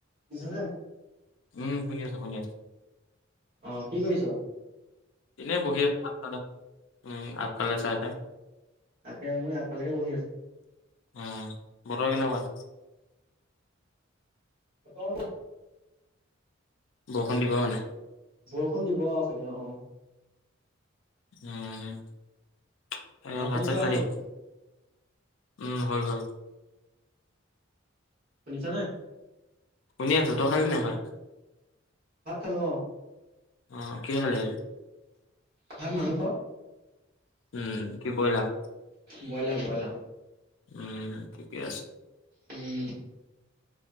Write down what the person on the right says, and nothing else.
শুনিছানে?
অ' কি কৰিছোঁ?
তাকে মই আগফালেকে বহি আছো
বতৰটো
বৰষুণ দিব আৰু চাগে অ অ
পানী
খোৱা
হ'ল
শুনিছা নে?
ভাত খালো অ
ভাত মাংস
বইলা-বইলা
উম